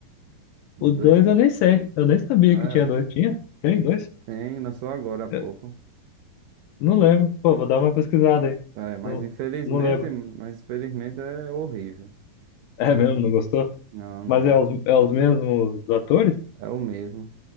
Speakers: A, on the right (about 75°); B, on the left (about 75°).
A: o
B: O
A: dois
B: dois eu nem sei, eu nem sabia
A: é,
B: que tinha dois. Tinha? Tem dois?
A: tem, lançou agora há pouco.
B: Eu não lembro. Pô, vou dar uma pesquisada aí.
A: É, mas
B: Não,
A: infelizmente,
B: não lembro.
A: mas infelizmente é horrível.
B: É mesmo, não gostou?
A: Não, não,
B: Mas é os, é os mesmos atores?
A: é o mesmo.